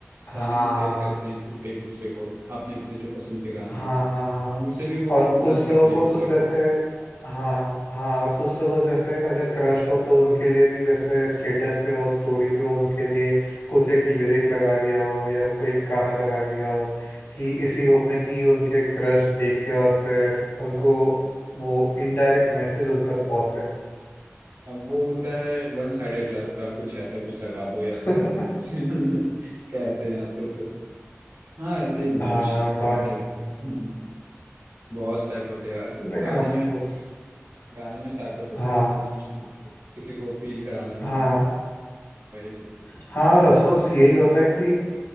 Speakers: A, on the left; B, on the right.
A: हाँ
B: गाने भी शेयर करते हैं खुद एक दूसरे को अपने अपने जो पसंद के गाने
A: हाँ
B: हैं
A: हाँ हाँ
B: और उनसे भी वो
A: और
B: लोग जज
A: कुछ लोगों
B: करते हैं
A: को
B: एक दूसरे
A: तो जैसे
B: को
A: हाँ हाँ और कुछ लोगों जैसे अगर क्रश हो तो उनके लिए भी जैसे स्टेटस पे हो स्टोरी पे हो उनके लिए कुछ एक लिरिक लगा दिया हो या कोई गाना लगा दिया हो कि इसी होप में कि उनके क्रश देखे और फिर उनको वो इनडायरेक्ट मैसेज उन तक पहुंचे
B: अब वो होता है वन साइडेड लव का कुछ ऐसा कुछ लगा दो या
A: <laughs>
B: फिर ऐसा कुछ <laughs> कहते हैं अब तो फिर हाँ ऐसे ही नहीं
A: हाँ
B: कुछ और
A: बात
B: क्या
A: सही
B: <laughs> हम्म,
A: है
B: बहुत टाइप होते हैं यार
A: लेकिन
B: गाने
A: अफसोस
B: में गाने में ताकत होता
A: हाँ
B: है सच में किसी को फील कराने
A: हाँ
B: में वही है
A: हाँ और अफसोस यही होता है कि